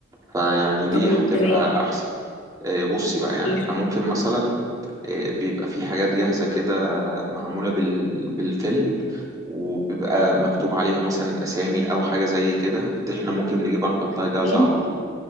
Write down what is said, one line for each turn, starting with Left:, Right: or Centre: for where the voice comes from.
Right: فيعني دي
Left: طيب
Right: هتبقى
Left: تمام
Right: احسن إيه، بصي بقى يعني
Left: ماشي
Right: احنا ممكن مثلا إيه، بيبقى في حاجات جاهزه كده معموله بال... بالفيل وبيبقى مكتوب عليها مثلا الاسامي او حاجه زي كده دي احنا ممكن نجيبها نحط لها جاهزه
Left: تمام
Right: على طول